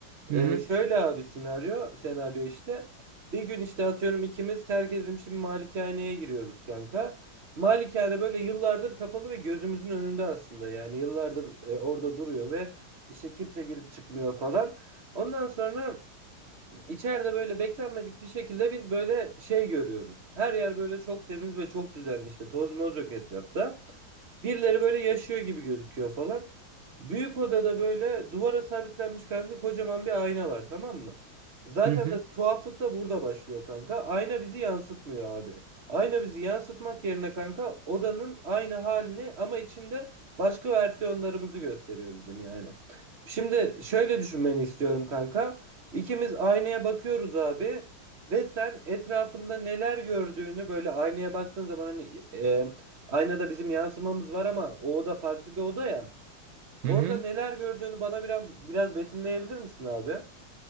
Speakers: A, on the right; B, on the right.
A: E,
B: hı hı,
A: şöyle abi senaryo, senaryo işte. Bir gün işte atıyorum ikimiz terk edilmiş bir malikaneye giriyoruz kanka. Malikane böyle yıllardır kapalı ve gözümüzün önünde aslında. Yani yıllardır e, orada duruyor ve işte kimse girip çıkmıyor falan. Ondan sonra İçeride böyle beklenmedik bir şekilde biz böyle şey görüyoruz. Her yer böyle çok temiz ve çok düzenli işte toz moz yok etrafta. Birileri böyle yaşıyor gibi gözüküyor falan. Büyük odada böyle duvara sabitlenmiş kanka kocaman bir ayna var tamam mı? Zaten
B: hı hı.
A: de tuhaflık da burada başlıyor kanka. Ayna bizi yansıtmıyor abi. Ayna bizi yansıtmak yerine kanka odanın aynı halini ama içinde başka versiyonlarımızı gösteriyor bizim yani. Şimdi şöyle düşünmeni istiyorum kanka. İkimiz aynaya bakıyoruz abi ve sen etrafında neler gördüğünü böyle aynaya baktığın zaman hani e, aynada bizim yansımamız var ama o oda farklı bir oda ya.
B: hı
A: Orada
B: hı.
A: neler gördüğünü bana biraz biraz betimleyebilir misin abi?